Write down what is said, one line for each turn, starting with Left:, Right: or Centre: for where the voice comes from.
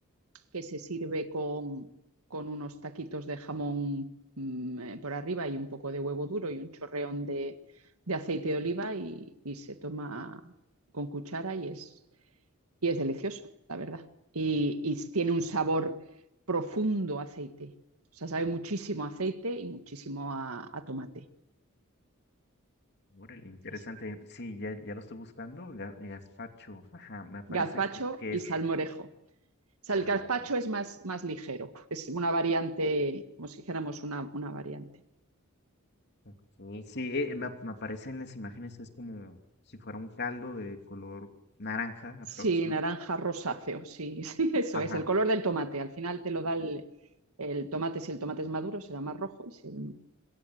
Right: que se sirve con, con unos taquitos de jamón mmm, por arriba y un poco de huevo duro y un chorreón de, de aceite de oliva y, y, se toma con cuchara y es, y es delicioso, la verdad. Y, y tiene un sabor profundo a aceite. O sea, sabe muchísimo a aceite y muchísimo a, a tomate.
Left: Órale, interesante.
Right: Así.
Left: Sí, ya, ya lo estoy buscando. ga- Gazpacho. Ajá, me parece
Right: Gazpacho
Left: que, que
Right: y
Left: es.
Right: salmorejo. O sea,
Left: Ah,
Right: el gazpacho
Left: ok.
Right: es más, más ligero, es una variante, como si dijéramos una, una variante.
Left: ok, Sí, eh, me, ap- me aparece en las imágenes, es como si fuera un caldo de color naranja,
Right: Sí,
Left: aprox, ¿no?
Right: naranja rosáceo, sí, <laughs> sí, eso
Left: Ajá,
Right: es, el color del tomate. Al final te lo da el, el tomate, si el tomate es maduro será más rojo y si, el-